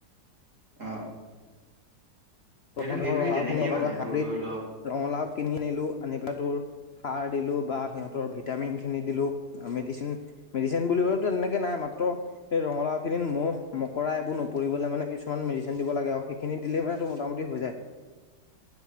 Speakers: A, on the right; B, on the left.
A: অ'।
B: প্ৰথমতে
A: সেইটো সেইটোৱে
B: ৰঙালাও
A: তেনেকেই
B: খিনি লগালো
A: মানে
B: হাইব্ৰিড,
A: তোৰ ধৰি ল
B: ৰঙালাও কিনি আনিলো আনি পেলাই তোৰ সাৰ দিলো বা সিহঁতৰ ভিটামিন খিনি দিলো মেডিচিন মেডিচিন বুলিবতো তেনেকে নাই মাত ত সেই ৰঙালাও খিনিত মহ মকৰা এইবোৰ নপৰিবলে মানে কিছুমান মেডিচিন দিব লাগে আৰু সেইখিনি দিলে মানে মোটামুটি হৈ যায়।